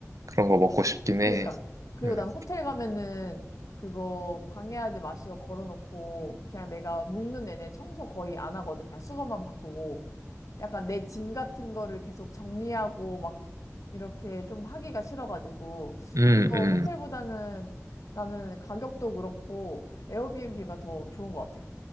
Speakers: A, on the right; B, on the left.
A: 그런 거 먹고 싶긴
B: 그니까.
A: 해.
B: 그리고
A: 음,
B: 난 호텔 가면은 그거 방해하지 마시오 걸어놓고 그냥 내가 묵는 내내 청소 거의 안 하거든. 그냥 수건만 바꾸고 약간 내 짐 같은 거를 계속 정리하고 막 이렇게 좀 하기가 싫어가지고
A: 음,
B: 그래서
A: 음.
B: 호텔보다는 나는 가격도 그렇고 에어비앤비가 더 좋은 것 같아.